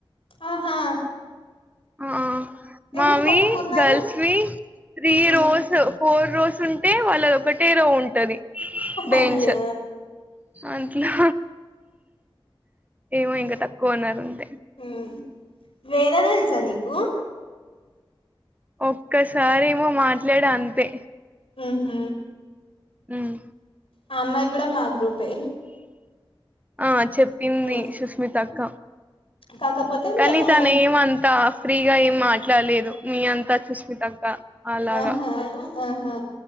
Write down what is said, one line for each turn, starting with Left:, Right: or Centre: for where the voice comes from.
Left: ఆహా
Right: ఆ
Left: ఎందుకు
Right: మావి
Left: తక్కువ ఉన్నారు
Right: గర్ల్స్ వి త్రి
Left: ఉమ్.
Right: రోస్ ఫోర్ రోస్ ఉంటే వాళ్ళది ఒకటే రో ఉంటది బెంచ్
Left: అయ్యో
Right: అట్లా ఏమో ఇంకా తక్కువ ఉన్నారు అంతే
Left: హ్మ్ వేద తెలుసా నీకు
Right: ఓ క్కసారేమో మాట్లాడ అంతే
Left: మ్ హు
Right: హ్మ్
Left: ఆ అమ్మాయి కూడా మా గ్రూపే
Right: ఆ చెప్పింది
Left: ఉమ్.
Right: సుష్మితక్క
Left: కాకపోతే
Right: కానీ
Left: మేము
Right: తాను ఎం అంత ఫ్రీగా ఏం మాట్లాడలేదు మీ అంతా సుస్మతక్క అలాగా
Left: ఆహా ఆహా